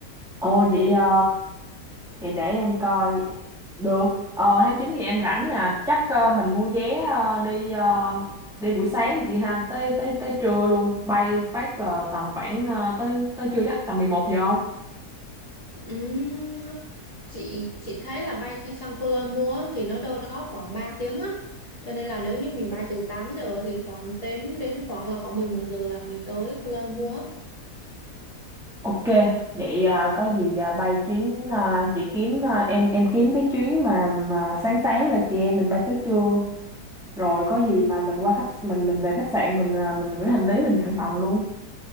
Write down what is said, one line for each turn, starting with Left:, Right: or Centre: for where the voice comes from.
Centre: Ồ vậy ờ, vậy để em coi được ờ, tháng 9 thì em rảnh nè chắc ờ, mình mua vé ờ, đi ờ, đi buổi sáng đi chị ha tới tới tới trưa luôn bay phát là tầm khoảng ờ, tới tới trưa chắc tầm mười một giờ
Left: Ừm, chị chị thấy là bay sang, sang Kuala Lumpur á, thì nó đâu đó khoảng 3 tiếng á cho nên là nếu như mình bay từ 8 giờ thì khoảng đến đến khoảng là khoảng 11 giờ là mình tới Kuala Lumpur
Centre: Ok, vậy à, có gì à, bay chuyến à, chị kiếm à, em em kiếm cái chuyến mà, mà sáng sáng là chị em mình bay tới trưa rồi có
Left: á
Centre: gì mà mình qua khách mình mình về khách sạn mình à, mình gửi hành lý mình nhận phòng luôn.